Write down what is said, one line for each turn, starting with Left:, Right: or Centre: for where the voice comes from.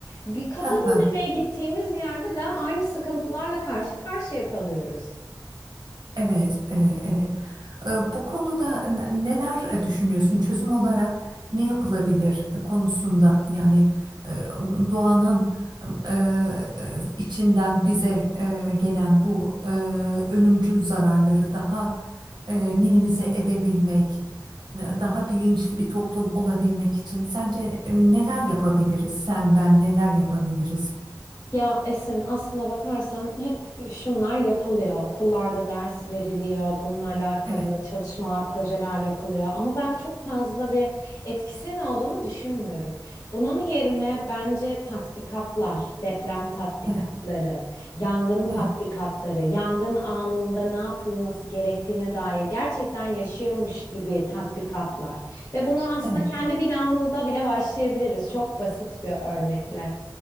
Left: bir kafa
Right: Ha
Left: dinlemeye
Right: ha.
Left: gittiğimiz yerde de aynı sıkıntılarla karşı karşıya kalıyoruz.
Right: Evet, e, evet. E, Bu konuda n- neler e, düşünüyorsun? Çözüm olarak ne yapılabilir e, konusunda? Yani e, doğanın e, e, içinden bize e, gelen bu e, ölümcül zararları daha e, minimize edebilmek, e, daha bilinçli bir toplum olabilmek için sence e, neler yapabiliriz? Sen, ben neler yapabiliriz?
Left: Ya Esin aslına bakarsan hep şunlar yapılıyor. Okullarda ders veriliyor, bununla alakalı
Right: Evet,
Left: çalışmalar, projeler yapılıyor. Ama ben çok fazla bir etkisinin olduğunu düşünmüyorum. Bunun yerine bence tatbikatlar, deprem tatbikatları,
Right: evet,
Left: yangın tatbikatları,
Right: evet,
Left: yangın anında ne yapılması gerektiğine dair gerçekten yaşıyormuş gibi tatbikatlar. Ve bunu aslında
Right: evet.
Left: kendi binamızda bile başlayabiliriz. Çok basit bir örnekle.